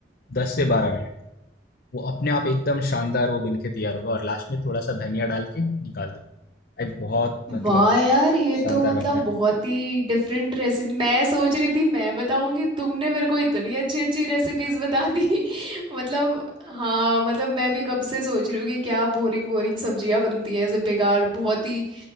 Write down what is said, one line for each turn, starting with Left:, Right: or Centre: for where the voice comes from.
Left: दस से बारह मिनट वो अपने आप एकदम शानदार वो बन के तैयार होगा और लास्ट में थोड़ा सा धनिया डाल के निकाल दो भाई बहुत मतलब
Right: वाह यार ये
Left: शानदार
Right: तो मतलब
Left: बनता है
Right: बहुत ही डिफरेंट रेसिपी मैं सोच रही थी मैं बताऊंगी तुमने मेरे को इतनी अच्छी अच्छी रेसिपीज बता दी <laughs> मतलब हाँ मतलब मैं भी कब से सोच रही हूँ कि क्या बोरिंग बोरिंग सब्जियां बनती हैं ऐसे बेकार बहुत ही